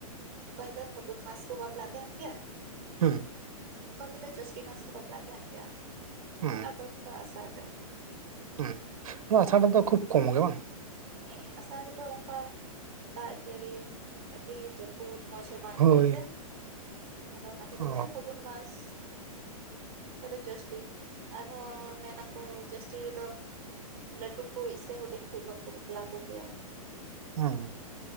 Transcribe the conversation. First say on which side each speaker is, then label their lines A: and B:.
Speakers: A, on the right (about 35°); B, on the right (about 70°).
A: ᱚᱠᱚᱭ ᱫᱚ ᱯᱷᱟᱜᱩᱱ ᱢᱟᱥ ᱠᱚ ᱵᱟᱯᱞᱟᱜ ᱛᱟᱦᱮᱸᱱ ᱜᱮᱭᱟ᱾
B: ᱦᱩᱸ᱾
A: ᱚᱠᱚᱭ ᱠᱚ ᱫᱚ ᱡᱳᱥᱴᱤ ᱢᱟᱥ ᱠᱚ ᱵᱟᱯᱞᱟᱜ ᱛᱟᱦᱮᱱ ᱜᱮᱭᱟ᱾
B: ᱦᱩᱸ
A: ᱟᱨ ᱚᱠᱚᱭ ᱠᱚ ᱫᱚ ᱟᱥᱟᱲ ᱨᱮ ᱾
B: ᱦᱩᱸ ᱟᱫᱚ ᱟᱥᱟᱲ ᱨᱮ ᱫᱚ ᱠᱷᱩᱵ ᱠᱚᱢ ᱜᱮ ᱵᱟᱝ?
A: ᱦᱮᱸ ᱟᱥᱟᱲ ᱨᱮ ᱫᱚ ᱚᱱᱠᱟ ᱫᱟᱜ ᱡᱟᱹᱲᱤ ᱟᱹᱰᱤ ᱡᱟᱹᱯᱩᱫ ᱢᱚᱸᱡᱽ ᱦᱚᱸ ᱵᱟᱝ ᱟᱹᱭᱠᱟᱹᱜ
B: ᱦᱳᱭ
A: ᱛᱮ, ᱟᱫᱚ ᱚᱱᱟ ᱠᱷᱟᱹᱛᱤᱨ
B: ᱚ
A: ᱛᱮ ᱯᱷᱟᱜᱩᱱ ᱢᱟᱥ ᱟᱨ ᱦᱚᱸ ᱡᱟᱹᱥᱴᱤ ᱟᱨ ᱦᱚᱸ ᱢᱮᱱᱟ ᱠᱚ ᱡᱟᱹᱥᱴᱤ ᱨᱮ ᱫᱚ ᱞᱟᱹᱴᱩ ᱠᱩᱸᱭᱤᱡᱽ ᱥᱮ ᱦᱩᱰᱤᱧ ᱠᱩᱸᱭᱤᱡᱽ ᱵᱟᱠᱚ ᱵᱟᱯᱞᱟ ᱠᱚ ᱜᱮᱭᱟ᱾
B: ᱚᱻ